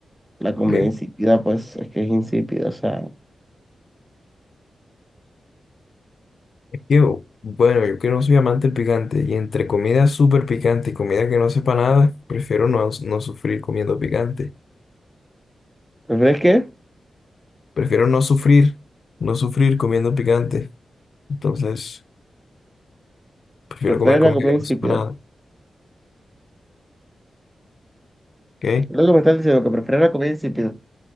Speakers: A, in the centre; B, on the left.
A: la comida
B: que-
A: insípida, pues es que es insípida. O sea,
B: es que, bueno, yo que no soy amante del picante, y entre comida súper picante y comida que no sepa nada, prefiero no, no sufrir comiendo picante.
A: ¿prefieres qué?
B: Prefiero no sufrir, no sufrir comiendo picante. Entonces, prefiero
A: ¿Prefieres
B: comer comida
A: la comida
B: que
A: insípida?
B: no sepa nada. ¿Ok?
A: Es lo que me estás diciendo, que prefieres la comida insípida.